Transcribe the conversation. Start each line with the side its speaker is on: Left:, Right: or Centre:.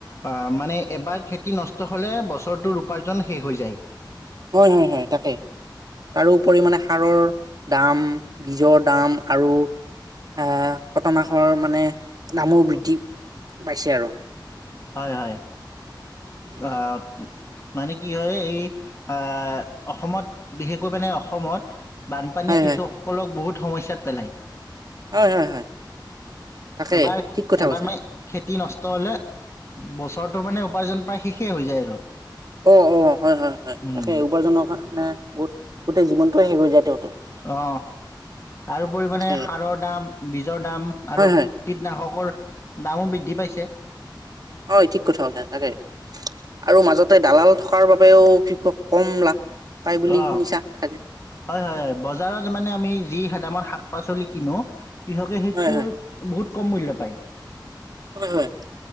Left: অ মানে এবাৰ খেতি নষ্ট হ'লে বছৰটোৰ উপাৰ্জন শেষ হৈ যায়।
Right: হয় হয় হয় তাকে তাৰোপৰি মানে সাৰৰ দাম বীজৰ দাম আৰু আহ কটনাখৰ মানে দামো বৃদ্ধি পাইছে আৰু
Left: হয় হয়
Right: উম
Left: আ মানে কি হয় এই আহ অসমত বিশেষকৈ মানে অসমত বানপানী
Right: হয়
Left: কৃষকসকলক
Right: হয়
Left: বহুত সমস্যাত পেলায়
Right: হয় হয় তাকে
Left: এবাৰ
Right: ঠিক কথা
Left: এবাৰ
Right: কৈছা
Left: মই খেতি নষ্ট হ'লে বছৰটো মানে উপাৰ্জন প্ৰ্যায় শেষে হৈ যায় আৰু
Right: অ অ হয় হয় হয়
Left: উম
Right: তাকে উপাৰ্জনৰ কাৰ ৰনে বহুত গোটেই জীৱনটো শেষ হৈ যায় তেঁওৰ।
Left: অ তাৰোপৰি
Right: তাকে
Left: সাৰৰ দাম বীজৰ দাম
Right: হয়
Left: আৰু
Right: হয়
Left: কীটনাশকৰ দামো বৃদ্ধি পাইছে চে
Right: হয় ঠিক কথা হৈছে তাকে আৰু মাজতে দালাল থকাৰ বাবেও কৃষক কম লাভ পাই বুলি
Left: অ
Right: শুনিছা চাগে
Left: হয় হয় বজাৰত মানে আমি যি দামত শাক শাক পাচলি কিনো কৃষকে সেইটোৰ
Right: হয় হয়
Left: বহুত কম মূল্যত পাই
Right: হয় হয়